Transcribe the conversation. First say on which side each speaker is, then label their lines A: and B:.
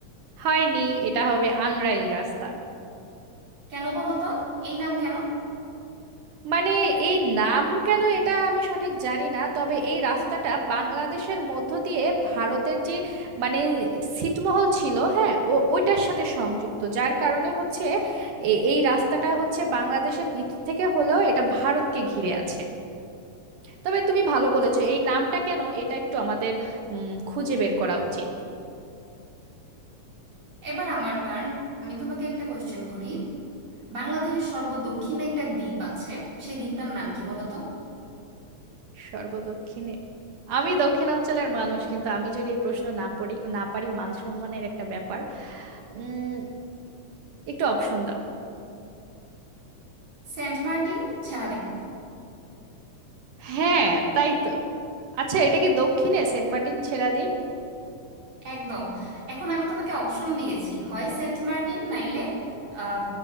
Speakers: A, on the right (about 80°); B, on the right (about 55°).
A: হয়নি এটা হবে আংরাইল রাস্তা
B: কেন বলো তো এই নাম কেন
A: মানে এই নাম কেন এটা আমি সঠিক জানি না তবে এই রাস্তাটা বাংলাদেশের মধ্য দিয়ে ভারতের যে মানে ছিটমহল ছিল হ্যাঁ ও- ওইটার সাথে সংযুক্ত যার কারণে হচ্ছে এ- এই রাস্তাটা হচ্ছে বাংলাদেশের ভিতর থেকে হলেও এটা ভারতকে ঘিরে আছে তবে তুমি ভালো
B: আচ্ছা,
A: বলেছো এই নামটা কেন এটা একটু আমাদের উম, খুঁজে বের করা উচিত
B: এবার আমার টার্ন আমি তোমাকে একটা কোশ্চেন করি বাংলাদেশের সর্বদক্ষিণে একটা দ্বীপ আছে সেই দ্বীপটার নাম কি বলো তো
A: সর্বদক্ষিণে আমি দক্ষিণাঞ্চলের মানুষ কিন্তু আমি যদি এই প্রশ্ন না পড়ি না পারি মান সম্মানের একটা ব্যাপার উম একটু অপশন দাও
B: Saint Martin Chhera Dwip
A: হ্যাঁ তাই তো আচ্ছা এটা কি দক্ষিণে সেন্ট মার্টিন ছেড়া দ্বীপ
B: একদম এখন আমি তোমাকে অপশন দিয়েছি হয় সেন্ট মার্টিন নাইলে আহ,